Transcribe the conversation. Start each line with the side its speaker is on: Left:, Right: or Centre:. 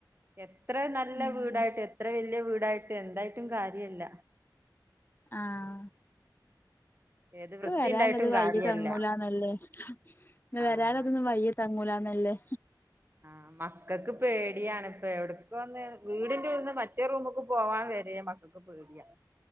Right: എത്ര നല്ല
Left: ഉം
Right: വീടായിട്ട് എത്ര വല്യ വീടായിട്ട് എന്തായിട്ടും കാര്യല്ല
Left: ആഹ്
Right: ഏത്
Left: ക്ക്
Right: വൃത്തി
Left: വരാള്ളത്
Right: ഉണ്ടായിട്ടും
Left: വയീ
Right: കാര്യല്ല
Left: തങ്ങൂലാന്നല്ലേ ന്നെവരാള്ളതൊന്നും
Right: ആഹ് അതെ
Left: വയീ തങ്ങൂലാന്നല്ലേ
Right: ആഹ് മക്കക്ക് പേടിയാണ്പ്പെ എവ്ട്ക്ക് ഒന്ന് വീടിൻ്റുള്ളിന്ന് മറ്റേ റൂമ്ക്ക് പോവാൻ വരെ മക്കക്ക് പേടിയ